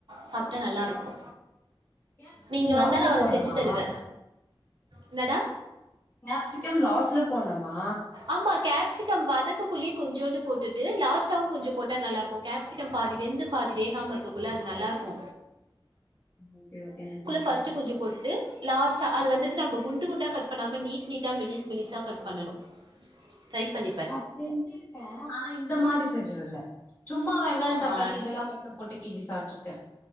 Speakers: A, on the right (about 60°); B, on the left (about 20°).
A: சாப்ட்டா நல்லா இருக்கு
B: கேப்சிகம்
A: நீ இங்க
B: லாஸ்ல
A: வந்தா நா உனக்
B: போட்ணுமா
A: செஞ்சு தருவே என்னடா
B: கேப்சிகம் லாஸ்ல போடனுமா
A: ஆமா கேப்சிகம் வதக்க குல்லயு கொஞ்சோண்டு போட்டுட்டு லாஸ்ட்டாவு கொஞ்ச போட்டா நல்லாருக்கு கேப்சிகம் பாதி வெந்து பாதி வேகாம இருக்கக்குள்ள அது நல்லாருக்கு
B: ஓகே ஓகே நா ட்ரை
A: ஃபர்ஸ்ட்டு
B: பண்ற
A: கொஞ்சோ போட்டு லாஸ்டா அது வந்துட்டு நம்ப குண்டு குண்டா கட் பண்ணாம நீட் நீட்டா மெலிசு மெலிசா கட் பண்ணனு ட்ரை பண்ணி
B: நா செஞ்சிருக்க ஆனா இந்த மாரி செஞ்சதில்ல சும்மா வெங்காய தக்காளி
A: ஆ
B: இதெல்லா மட்டு போட்டு கிண்டி சாப்ட்ருக்கே